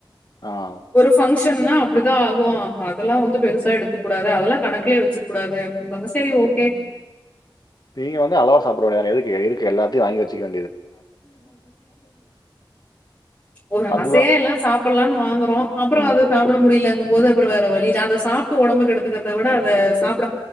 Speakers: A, on the left; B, on the left.
A: ஆ.
B: ஒரு பங்க்ஷ ன்னா அப்படிதா ஆகு அதெல்லா வந்து பெருசா எடுத்துக்க கூடாது அதெலா கணக்குலயே வெச்சுக்க கூடாது சொல்வாங்க செரி ஓகே
A: நீங்க வந்து அளவா சாப்ட வேண்டியதான எதுக்கு இருக்க எல்லாத்தையு வாங்கி வெச்சுக்க
B: ஒரு
A: அதுதான்
B: ஆசையா எல்லா சாப்பல்லான் வாங்கறோ அப்பற
A: ம்
B: அத சாப்பிட முடிலங் கும்போது அப்புற வேற வழியில அத சாப்ட்டு ஒடம்ப கெடுத்துக்கறத விட அத சாப்